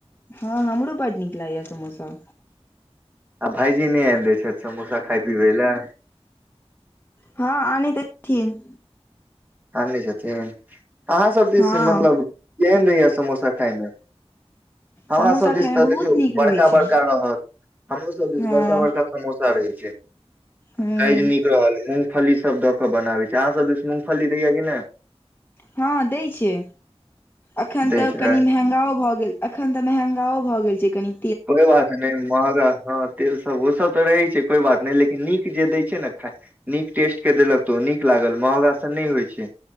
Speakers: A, on the left; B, on the right.
A: हाँ हमरो बड नीक लागै या समोसा।
B: आ भायजी नै आन दै छैथ समोसा खाय पीबै लए।
A: हाँ आने छथिन।
B: आनै छथिन। अहाँ सब दिस
A: हँ
B: मतलब केहेन रहै या समोसा खाय मे। हमरा
A: समोसा
B: सब दिस
A: खायमे
B: तऽ
A: बहुत
B: देखियौ
A: नीक
B: बड़का-बड़का
A: रहै छै
B: रहत, हमरो सब दिस
A: हँ
B: बड़का-बड़का समोसा रहै छै आ
A: हूँ
B: काएज नीक रहल, मूंग फली सब द के बनावे छै, अहाँ सब दिस मूंग फली दैय या कि नै।
A: हाँ दैय छै। अखन
B: दै
A: तऽ
B: छै
A: कनि मेहंगाओ भऽ गेल, अखन तऽ मेहंगाओ भऽ गेल छै। कनी
B: कोइ बात नै महगा हाँ। तेल सब ओ सब तऽ रहै छै कोइ बात नै, लेकिन नीक जे दै छै ने खाय नीक टेस्ट के देलक तऽ ओ नीक लागल, महँगा से नै होय छै